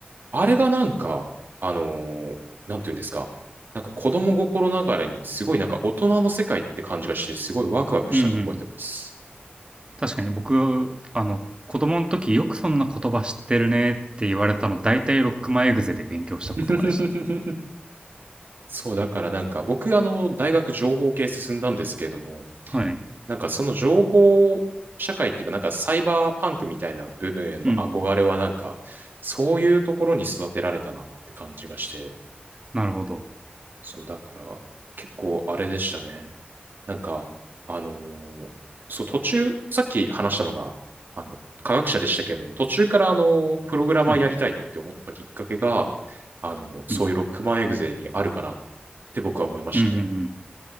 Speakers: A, on the right; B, on the right.
A: あれがなんか、あのーなんていうんですか。なんか子供心ながらにすごいなんか大人の世界って感じがして、すごいワクワクしたのを覚えてます。
B: うんうん。確かに僕、あの、子供の時よくそんな言葉知ってるねって言われたの、大体ロックマンエグゼで勉強した言葉でしたね。
A: <laughs> そう、だからなんか僕、あの、大学情報系進んだんですけれども、
B: はい。
A: なんかその情報社会っていうか、なんかサイバーパンクみたいな部分への憧れはなんか、
B: うんうん。
A: そういうところに育てられたなって感じがして、
B: なるほど。
A: そうだから、結構あれでしたね。なんか、あのーそう、途中、さっき話したのが、あの、科学者でしたけれども、途中からあの、プログラマーやりたいって思ったきっかけが、
B: はい。
A: あの、そういうロックマンエグゼにあるかなっ
B: うん。
A: て僕は思いましたね。
B: うんうんうん。